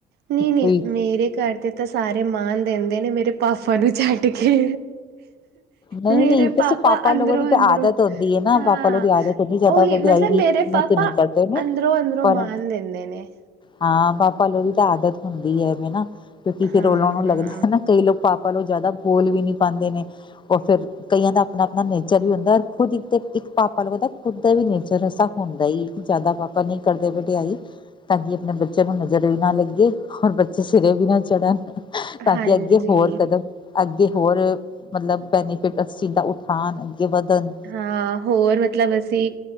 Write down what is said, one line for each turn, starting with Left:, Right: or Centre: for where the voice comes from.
Right: ਨਹੀਂ ਨਹੀਂ
Left: ਕੋਈ
Right: ਮੇਰੇ ਘਰ ਤੇ ਤਾਂ ਸਾਰੇ ਮਾਣ ਦਿੰਦੇ ਨੇ ਮੇਰੇ ਪਾਪਾ ਨੂੰ ਛੱਡ ਕੇ
Left: ਨਹੀਂ
Right: ਮੇਰੇ
Left: ਨਹੀਂ ਵੈਸੇ
Right: ਪਾਪਾ ਅੰਦਰੋਂ
Left: ਲੋਗੋ ਦੀ ਤਾਂ
Right: ਅੰਦਰੋਂ
Left: ਆਦਤ ਹੁੰਦੀ ਹੈ ਨਾ
Right: ਹਾਂ।
Left: ਪਾਪਾ ਲੋਗ ਦੀ ਆਦਤ ਹੁੰਦੀ ਜ਼ਿਆਦਾ
Right: ਉਹੀ
Left: ਵਡਿਆਈ
Right: ਮਤਲਬ
Left: ਵੀ
Right: ਮੇਰੇ
Left: ਮੂੰਹ
Right: ਪਾਪਾ
Left: ਤੇ ਨਹੀਂ ਕਰਦੇ ਨੇ
Right: ਅੰਦਰੋਂ ਅੰਦਰੋਂ
Left: ਪਰ
Right: ਮਾਣ ਦਿੰਦੇ ਨੇ
Left: ਹਾਂ ਪਾ ਪਾਪਾ ਲੋਕਾਂ ਦੀ ਆਦਤ ਹੁੰਦੀ ਹੈਵੇ ਨਾ ਕਿਉਂਕਿ
Right: ਹਾਂ,
Left: ਫਿਰ ਉਹਨਾਂ ਨੂੰ ਲਗਦਾ ਹੈ ਨਾ ਕਈ ਲੋਕ ਪਾਪਾ ਲੋਂ ਜ਼ਿਆਦਾ ਬੋਲ ਵੀ ਨੀ ਪਾਉਦੇ ਨੇ ਉਹ ਫਿਰ ਕਈਆਂ ਦਾ ਆਪਣਾ ਆਪਣਾ ਨੇਚਰ ਵੀ ਹੁੰਦਾ ਖੁਦ ਇੱਕ ਤੇ ਇੱਕ ਪਾ ਤੁਹਾਨੂੰ ਪਤਾ ਖੁਦ ਦਾ ਵੀ ਨੇਚਰ ਐਸਾ ਹੁੰਦਾ ਕਿ ਜ਼ਿਆਦਾ ਪਾਪਾ ਨਹੀਂ ਕਰਦੇ ਬਡਿਆਈ ਤਾਂ ਕਿ ਆਪਣੇ ਬੱਚਿਆਂ ਨੂੰ ਨਜ਼ਰ ਵੀ ਨਾ ਲੱਗੇ ਔਰ ਬੱਚੇ ਸਿਰੇ ਵੀ ਨਾ ਚੜਨ ਤਾਂ
Right: ਹਾਂਜੀ।
Left: ਕਿ ਅੱਗੇ ਹੋਰ ਕਰੋ ਅੱਗੇ ਹੋਰ ਮਤਲਬ ਬੈਨੀਫਿਟ ਸਿੱਧਾ ਉਠਾਉਣ ਅੱਗੇ ਵੱਧਣ
Right: ਹਾਂ ਹੋਰ ਮਤਲਬ ਅਸੀਂ